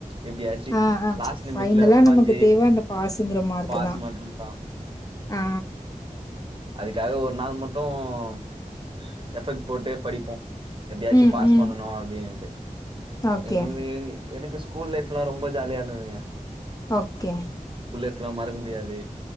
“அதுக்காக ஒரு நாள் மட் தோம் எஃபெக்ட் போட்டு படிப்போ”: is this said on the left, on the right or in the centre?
Right